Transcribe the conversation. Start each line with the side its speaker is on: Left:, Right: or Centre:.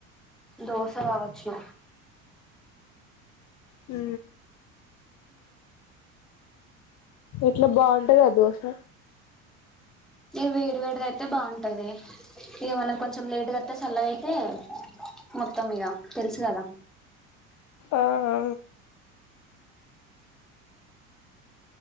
Centre: దోశ కావచ్చు
Left: ఉ ఇట్లా బాగుంటది దోసనా
Centre: ఇక వేడి వేడిది అయితే బాగుంటది ఇక మనం కొంచెం లేట్గా మత్త చల్లగయితే మొత్తం ఇగ తెలుసు కదా
Left: ఆ ఆ